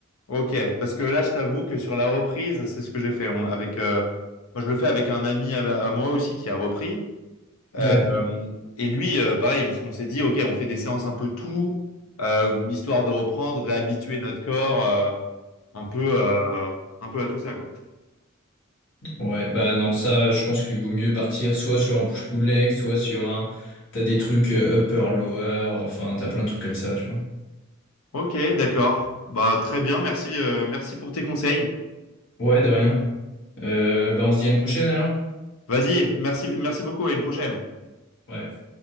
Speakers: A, on the left; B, on the left.
A: Ok, parce que là je t'avoue que sur la reprise c'est ce que j'ai fait On- avec euh, moi je le fais avec un ami à, à moi aussi qui a repris Euh,
B: Ouais,
A: et lui euh, pareil on, s- on s'est dit ok on fait des séances un peu tout euh, histoire de reprendre réhabituer notre corps euh, un peu euh, un peu à tout ça quoi.
B: ouais, bah non, ça, je pense qu'il vaut mieux partir soit sur un push-pull leg, soit sur un. T'as des trucs euh, upper, lower, enfin, t'as plein de trucs comme ça, tu vois.
A: Ok, d'accord. Bah très bien, merci euh, merci pour tes conseils.
B: Ouais, de rien. Euh, bah, on se dit à une prochaine alors?
A: Vas-y, merci, merci beaucoup, à une prochaine.
B: Ouais.